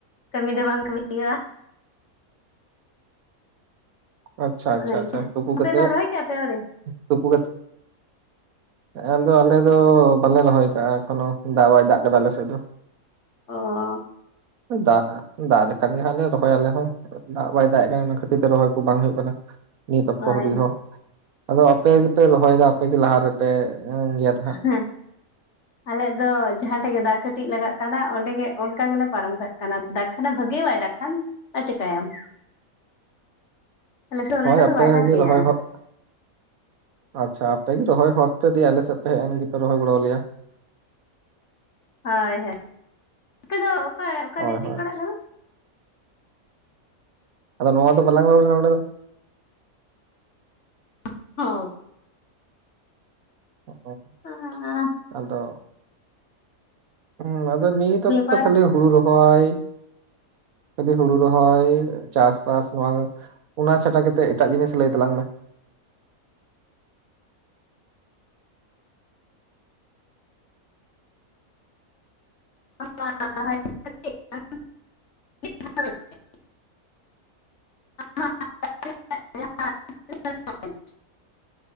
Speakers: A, on the left; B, on the right.
A: ᱠᱟᱹᱢᱤ ᱫᱚ ᱵᱟᱝ ᱠᱟᱹᱢᱤ ᱦᱩᱭᱩᱜ-ᱟ᱾
B: ᱟᱪᱪᱷᱟ ᱟᱪᱪᱷᱟ
A: ᱚᱱᱟᱜᱮ
B: ᱟᱪᱪᱷᱟ, ᱛᱩᱯᱩ
A: ᱟᱯᱮ
B: ᱠᱟᱛᱮᱜ
A: ᱫᱚ ᱨᱚᱦᱚᱭ ᱠᱮᱜᱼᱟ ᱯᱮ ᱟᱹᱣᱨᱤ
B: ᱛᱩᱯᱩ ᱠᱟᱛᱮ᱾ ᱟᱫᱚ ᱟᱞᱮ ᱫᱚ ᱵᱟᱞᱮ ᱨᱚᱦᱚᱭ ᱠᱟᱜ-ᱟ ᱮᱠᱷᱚᱱᱚ ᱫᱟᱜ ᱵᱟᱭ ᱫᱟᱜ ᱠᱟᱫᱟ ᱟᱞᱮ ᱥᱮᱫ ᱫᱚ᱾
A: ᱚ
B: ᱫᱟᱜ ᱫᱟᱜ ᱞᱮᱠᱷᱟᱱ ᱜᱮ ᱦᱟᱸᱜ ᱞᱮ ᱨᱚᱦᱚᱭ ᱟᱞᱮ ᱦᱚᱸ ᱫᱟᱜ ᱵᱟᱭ ᱫᱟᱜ ᱮᱜ ᱠᱟᱱᱟ ᱚᱱᱟ ᱠᱷᱟᱹᱛᱤᱨ ᱛᱮ ᱨᱚᱦᱚᱭ ᱠᱚ ᱵᱟᱝ ᱦᱩᱭᱩᱜ ᱠᱟᱱᱟ᱾ ᱱᱤᱛ ᱚᱠᱛᱚ
A: ᱦᱳᱭ
B: ᱦᱟᱹᱵᱤᱡ ᱦᱚᱸ, ᱟᱫᱚ ᱟᱯᱮ ᱜᱮᱯᱮ ᱨᱚᱦᱚᱭᱫᱟ ᱟᱯᱮ ᱜᱮ ᱞᱟᱦᱟ ᱨᱮᱯᱮ ᱜᱮᱫ ᱦᱟᱸᱜ
A: ᱦᱮᱸ ᱟᱞᱮᱭᱟᱜ ᱫᱚ ᱡᱟᱦᱟᱸ ᱴᱷᱮᱡ ᱜᱮ ᱫᱟᱜ ᱠᱟᱹᱴᱤᱡ ᱞᱟᱜᱟᱜ ᱠᱟᱱᱟ ᱚᱸᱰᱮ ᱜᱮ ᱚᱱᱠᱟ ᱜᱮᱞᱮ ᱯᱟᱨᱚᱢ ᱠᱟᱜ ᱠᱟᱱᱟ᱾ ᱫᱟᱜ ᱠᱷᱟᱱᱮ ᱵᱷᱟᱹᱜᱮ ᱵᱟᱭ ᱫᱟᱜ ᱠᱷᱟᱱ ᱟᱨ ᱪᱤᱠᱟᱭ ᱟᱢ᱾ ᱟᱞᱮ ᱥᱮᱫ ᱫᱚ ᱩᱱᱟᱹᱜ
B: ᱦᱳᱭ
A: ᱮᱠᱴᱟ ᱫᱚ
B: ᱟᱯᱮ
A: ᱵᱟᱭ ᱫᱟᱜ
B: ᱜᱮ
A: ᱜᱮᱭᱟ᱾
B: ᱨᱚᱦᱚᱭ ᱦᱚᱸ ᱟᱪᱪᱷᱟ ᱟᱯᱮ ᱜᱤ ᱨᱚᱦᱚᱭ ᱦᱚᱫ ᱯᱮ ᱫᱤᱭᱮ ᱟᱞᱮ ᱥᱮᱫ ᱯᱮ ᱦᱮᱡ ᱮᱱ ᱜᱤᱯᱮ ᱨᱚᱦᱚᱭ ᱜᱚᱲᱚᱣᱟ ᱞᱮᱭᱟ᱾
A: ᱦᱚᱭ ᱦᱚᱭ, ᱟᱯᱮ ᱫᱚ ᱚᱠᱟ ᱚᱠᱟ
B: ᱦᱳᱭ
A: ᱰᱤᱥᱴᱤᱠ
B: ᱦᱳᱭ
A: ᱯᱟᱲᱟᱜ ᱠᱟᱱᱟ?
B: ᱟᱫᱚ ᱱᱚᱣᱟ ᱫᱚ ᱵᱟᱞᱟᱝ ᱮᱢᱟᱢ ᱠᱟᱱᱟ ᱱᱚᱸᱰᱮ ᱫᱚ᱾
A: <unintelligible>
B: <unintelligible>
A: ᱟᱸᱻ
B: ᱟᱫᱚ ᱦᱩᱸ ᱟᱫᱚ ᱱᱤᱛ
A: ᱫᱤᱭᱮ
B: ᱚᱠᱛᱚ
A: ᱯᱚᱨ
B: ᱠᱷᱟᱹᱞᱤ ᱦᱩᱲᱩ ᱨᱚᱦᱚᱭ᱾ ᱠᱷᱟᱹᱞᱤ ᱦᱩᱲᱩ ᱨᱚᱦᱚᱭ ᱪᱟᱥ-ᱵᱟᱥ ᱱᱚᱣᱟ ᱚᱱᱟ ᱪᱷᱟᱰᱟ ᱠᱟᱛᱮᱫ ᱮᱴᱟᱜ ᱡᱤᱱᱤᱥ ᱞᱟᱹᱭ ᱛᱟᱞᱟᱝ ᱢᱮ᱾
A: <inaudible> <inaudible>